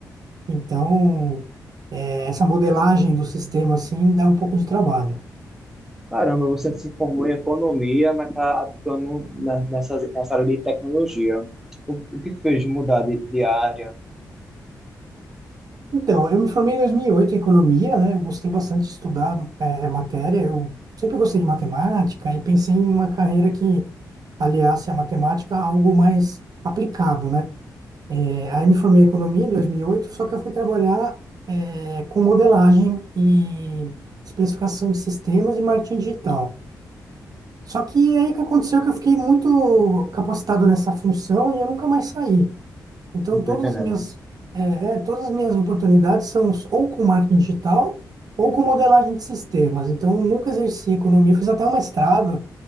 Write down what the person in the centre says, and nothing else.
Caramba, você se formou em economia, mas está atuando na- nessa, nessa área de tecnologia. O, o que te fez mudar de, de área?
Não estou
entendendo.